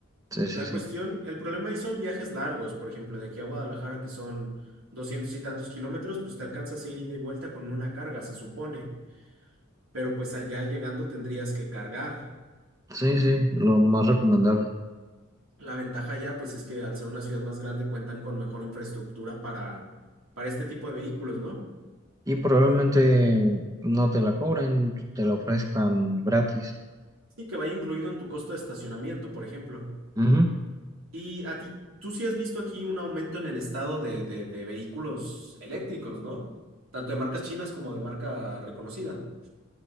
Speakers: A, on the right; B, on the right.
A: Sí, sí,
B: La
A: sí.
B: cuestión, el problema ahí son viajes largos, por ejemplo, de aquí a Guadalajara, que son doscientos y tantos kilómetros, pues te alcanzas a ir ida y vuelta con una carga, se supone, pero pues allá llegando tendrías que cargar.
A: Sí, sí, lo más recomendable.
B: La ventaja allá, pues es que al ser una ciudad más grande cuentan con mejor infraestructura para, para este tipo de vehículos, ¿no?
A: Y probablemente no te la cobren, te la ofrezcan gratis.
B: Y que vaya incluido en tu costo de estacionamiento, por ejemplo.
A: Ujú.
B: Y a ti, tú sí has visto aquí un aumento en el estado de, de de vehículos eléctricos, ¿no? Tanto de marcas chinas como de marca reconocida.